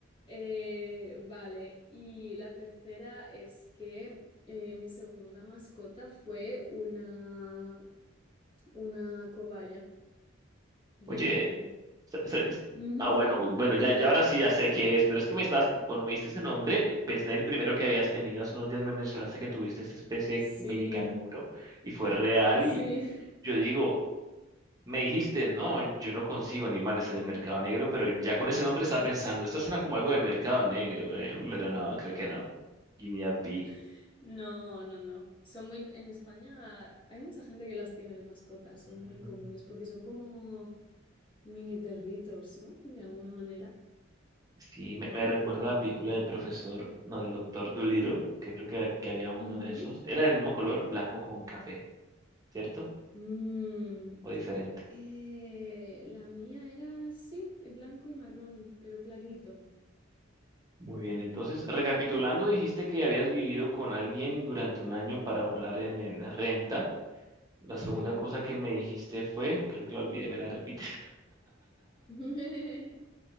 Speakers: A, on the left (about 25°); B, on the right (about 20°).
A: Eh, vale. Y la tercera es que eh, mi segunda mascota fue una, una cobaya, guinea
B: Oye,
A: pig.
B: sa- sa-
A: <laughs>
B: ah, bueno, bueno, ya, ya ahora sí ya sé qué es, pero es que me estás, cuando me diste ese nombre, pensé en el primero que habías tenido. Hace unos días me mencionaste que tuviste esta especie
A: Sí,
B: de mini canguro y fue real
A: Sí,
B: y yo digo... Me dijiste, no, yo no consigo animales en el mercado negro, pero ya con ese nombre estaba pensando, esto suena como algo de mercado negro, eh, pero no, creo que no. Guinea Pig.
A: <laughs> no, no, no. Son muy, en España hay mucha gente que las tiene de mascotas, son
B: Mm,
A: muy comunes porque son como mini perritos, ¿no? De alguna manera.
B: Sí, me, me recuerda a la película del profesor, no, del doctor Dolittle, que creo que, que había uno
A: Ujú.
B: de esos. Era del mismo color, blanco con café, ¿cierto?
A: Mm.
B: ¿O diferente?
A: Eh, la mía era, sí, blanco y marrón, pero clarito.
B: Muy bien, entonces, recapitulando, dijiste que habías vivido con alguien durante un año para ahorrar en, en renta. La segunda
A: Ujú.
B: cosa que me dijiste fue, creo que la olvidé, me la repites.
A: <laughs>